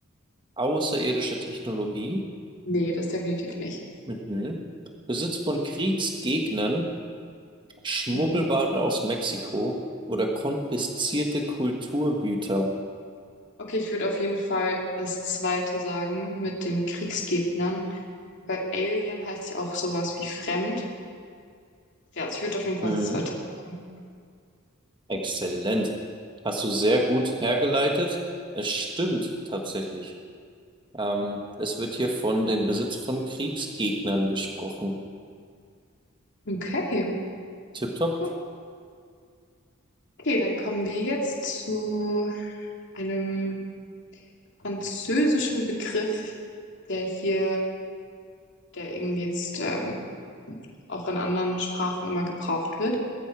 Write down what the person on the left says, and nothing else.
Nee, das definitiv nicht.
Mhm.
Okay, ich würde auf jeden Fall das zweite sagen mit den Kriegsgegnern. Bei Alien heißt ja auch sowas wie fremd. Ja, also ich würde auf jeden Fall
das zweite sagen.
Okay,
cool. Okay, dann kommen wir jetzt zu einem französischen Begriff, der hier, der irgendwie jetzt ähm, auch in anderen Sprachen immer gebraucht wird.